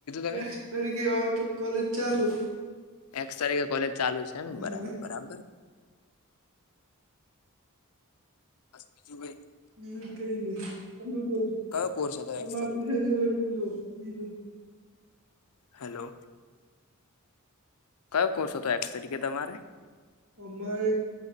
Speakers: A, on the left; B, on the right.
A: તમે
B: એક તારીખે હોવે તો કોલેજ ચાલુ.
A: એક્સ તારીકે કોલેજ ચાલુ છે એમ
B: હા
A: બરાબર બરાબર. બીજું ભાઈ
B: હું કઈ ની તમે બોલો
A: કયો કોર્સ
B: તમારે
A: એક્સ તારીખે
B: પૂછે દ બલુ બીજું.
A: હેલો કયો કોર્સ હતો એક્સ તરીકે તમારે
B: અમારેક